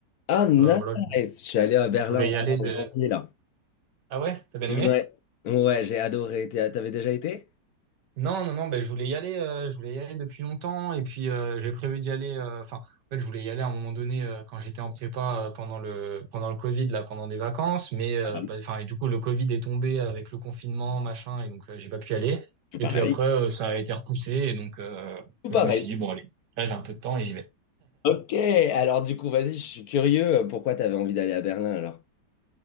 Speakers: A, on the left; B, on the right.
A: Ah nice,
B: Euh, voilà, je,
A: je suis allé à Berlin
B: je voulais y aller
A: en
B: de...
A: en janvier là.
B: Ah ouais, t'as bien
A: Ouais,
B: aimé?
A: ouais, j'ai adoré. T'es- T'avais déjà été?
B: Non, non, non, ben, je voulais y aller, euh, je voulais y aller depuis longtemps et puis euh, j'ai prévu d'y aller. euh, Enfin, en fait, je voulais y aller à un moment donné euh, quand j'étais en prépa euh, pendant le pendant le Covid là, pendant des vacances, mais euh,
A: Pareil.
B: ben, enfin et du coup le Covid est tombé avec le confinement machin et donc euh, j'ai pas pu y aller.
A: Tout pareil.
B: Et puis après euh, ça a été repoussé et donc euh,
A: Tout pareil.
B: je me suis dit bon allez, là j'ai un peu de temps et j'y vais.
A: Ok, alors du coup, vas-y, je suis curieux. euh, Pourquoi t'avais envie d'aller à Berlin alors?